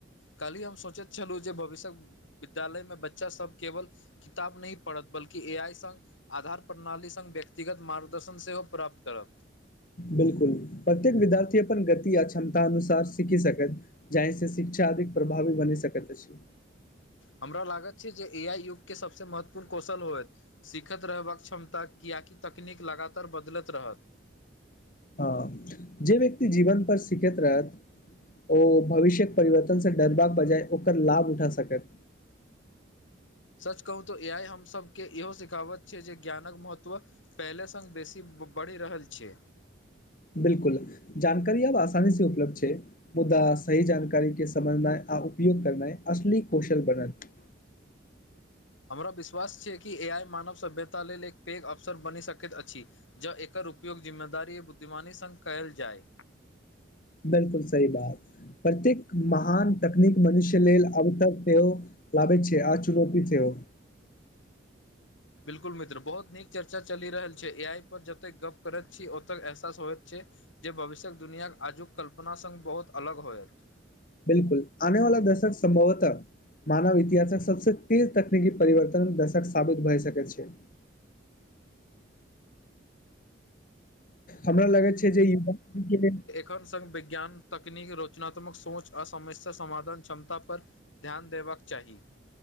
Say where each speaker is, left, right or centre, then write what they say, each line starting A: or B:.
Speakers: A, on the left (about 80°); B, on the left (about 45°).
A: कल्हि हम सोचैत छलहुँ जे भविष्य्यक विद्यालय मे बच्चा सब केवल किताब नही पढ़त बल्कि ए आइ सङ्ग आधार प्रणाली सङ्ग व्यक्तिगत मार्गदर्शन सेहो प्राप्त करत
B: बिलकुल प्रत्येक विद्यार्थी अपन गति आ क्षमता अनुसार सीखी सकत जाहिसँ शिक्षा अधिक प्रभावी बनि सकैत अछि
A: हमरा लागत छै जे ए आइ युग के सबसे महत्वपूर्ण कौशल होयत सीखैत रहबाक क्षमता किएकि तकनीक लगातार बदलैत रहत
B: हँ जे व्यक्ति जीवन पर सिखैत रहत ओ भविष्यक परिवर्तनसँ डरबाक बजाय ओकर लाभ उठा सकत
A: सच कहू तऽ ए आइ हमसभके इहो सिखावैत छै जे ज्ञानक महत्व पहिले सङ्ग बेसी बढ़ि रहल छै
B: बिलकुल जानकारी आब आसानी से उपलब्ध छै मुद्दा सही जानकारी के समझनाइ आ उपयोग करना असली कौशल बनत
A: हमरा विश्वास छै कि ए आइ मानव सभ्यता लेल एक पैघ अवसर बनि सकैत अछि जँ एकर उपयोग जिम्मेदारी बुद्धिमानी संग कयल जाय
B: बिलकुल सही बात प्रत्येक महान तकनीक मनुष्य लेल अब तक सेहो लाबै छै आ चुनौती सेहो
A: बिल्कुल मित्र बहुत नीक चर्चा चलि रहल छै ए आई पर जतेक गप करैत छी ओतय एहसास होइत छै जे भविष्य्यक दुनियाक आजुक कल्पना सङ्ग बहुत अलग होयत
B: बिलकुल आने वाला दशक सम्भवतः मानव इतिहासक सबस तेज तकनीकी परिवर्तन दर्शक साबित भए सकैत छै हमरा लगै छै जे <unintelligible>
A: ख संघ विज्ञान तकनीक रचनात्मक सोच आ समस्या समाधान क्षमता पर ध्यान देबाक चाही